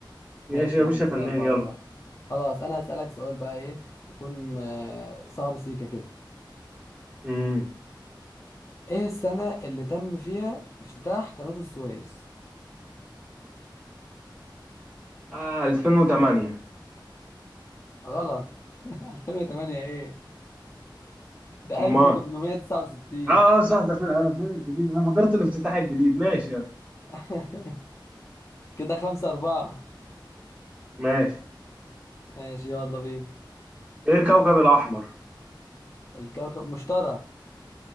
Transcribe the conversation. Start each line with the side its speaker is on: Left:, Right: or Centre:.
Right: ماشي
Left: ماشي
Right: يا
Left: يا
Right: باشا
Left: عم كده
Right: فنان
Left: أربعة
Right: يلا
Left: أربعة خلاص أنا هسألك سؤال بقى إيه يكون آه، صعب سيكا كده
Right: امم
Left: إيه السنة اللي تم فيها افتتاح قناة السويس؟
Right: آه 2008
Left: غلط <laughs> 2008 إيه؟ ده
Right: امال
Left: 1869
Right: اه اه صح ده في الالفين الجديد انا فكرت الافتتاح الجديد ماشي يلا
Left: <laughs> كده خمسة أربعة
Right: ماشي
Left: ماشي يلا بينا
Right: ايه الكوكب الاحمر
Left: الكوكب مشتري